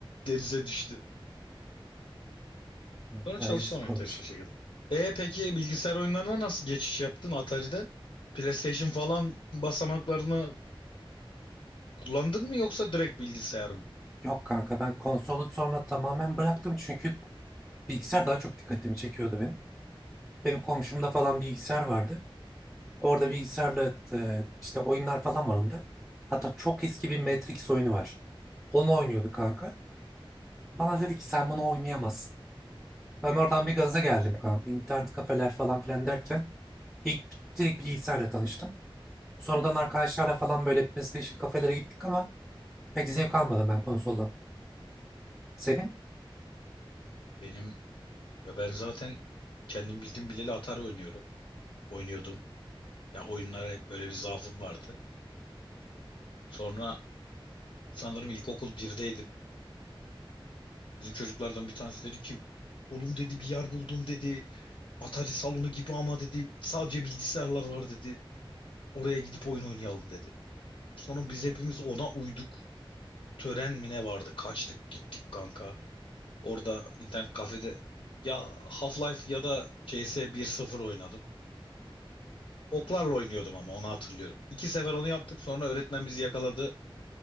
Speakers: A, on the left; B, in the centre.
A: Denize düştü.
B: Kanka
A: Sonra çalıştım
B: yazık
A: enteresan
B: olmuş.
A: şekilde. E peki bilgisayar oyunlarına nasıl geçiş yaptın Atari'den? PlayStation falan basamaklarını kullandın mı yoksa direkt bilgisayar mı?
B: Yok kanka ben konsolu sonra tamamen bıraktım çünkü bilgisayar daha çok dikkatimi çekiyordu benim. Benim komşumda falan bilgisayar vardı. Orada bilgisayarla e, işte oyunlar falan var onda. Hatta çok eski bir Matrix oyunu var. Onu oynuyordu kanka. Bana dedi ki sen bunu oynayamazsın. Ben oradan bir gaza geldim kanka. İnternet kafeler falan filan derken ilk direkt bilgisayarla tanıştım. Sonradan arkadaşlarla falan böyle PlayStation kafelere gittik ama pek zevk almadım ben konsoldan. Senin?
A: Benim ya ben zaten kendim bildim bileli Atari oynuyorum. Oynuyordum. Ya oyunlara hep böyle bir zaafım vardı. Sonra sanırım ilkokul birdeydim. Bizim çocuklardan bir tanesi dedi ki oğlum dedi bir yer buldum dedi. Atari salonu gibi ama dedi sadece bilgisayarlar var dedi. Oraya gidip oyun oynayalım dedi. Sonra biz hepimiz ona uyduk. Tören mi ne vardı? Kaçtık gittik kanka. Orada internet kafede ya Half-Life ya da CS 1.0 oynadım. Oklarla oynuyordum ama onu hatırlıyorum. İki sefer onu yaptık sonra öğretmen bizi yakaladı.